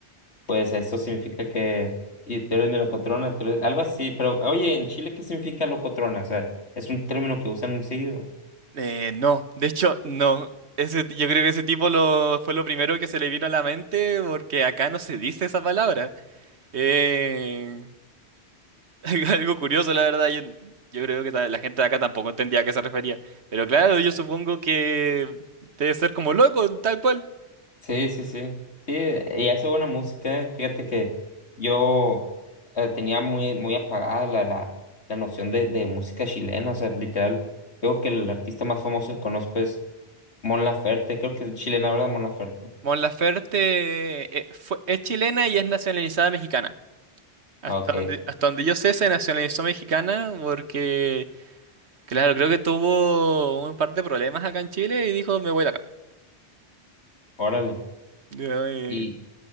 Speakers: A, on the left; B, on the right.
A: Pues eso significa que, y tú eres mi locotrona, tú eres- algo así, pero oye, en Chile, ¿qué significa locotrona? O sea, es un término que usan muy seguido.
B: eh, no, de hecho, no. Ese, yo creo que ese tipo lo, fue lo primero que se le vino a la mente porque acá no se dice esa palabra. Eh, <laughs> algo curioso, la verdad. Yo, yo creo que ta- la gente de acá tampoco entendía a qué se refería. Pero claro, yo supongo que debe ser como loco, tal cual.
A: Sí, sí, sí. Sí, y hace buena música, eh. Fíjate que yo eh, tenía muy, muy apagada la, la, la noción de, de música chilena, o sea, literal, creo que el artista más famoso que conozco es Mon Laferte, creo que es chilena, ¿verdad? Mon Laferte.
B: Mon Laferte eh, fue- es chilena y es nacionalizada mexicana. Hasta
A: Ah, Ok.
B: donde, hasta donde yo sé, se nacionalizó mexicana porque, claro, creo que tuvo un par de problemas acá en Chile y dijo, me voy de acá.
A: Órale.
B: Ya, eh.
A: Y